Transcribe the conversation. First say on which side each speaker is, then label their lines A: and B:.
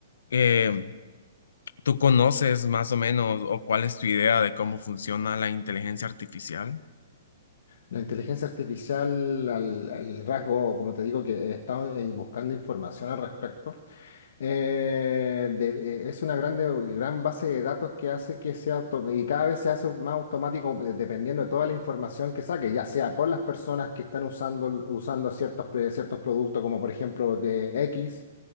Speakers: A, on the left (about 80°); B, on the left (about 60°).
A: eh, ¿tú conoces más o menos o cuál es tu idea de cómo funciona la inteligencia artificial?
B: La inteligencia artificial, al, al rasgo, como te digo, que he eh, buscando información al respecto, eh, de- eh, es una grande, gran base de datos que hace que sea auto- y cada vez se hace más automático eh, dependiendo de toda la información que saque, ya sea por las personas que están usando, usando ciertos, pre- ciertos productos, como por ejemplo de X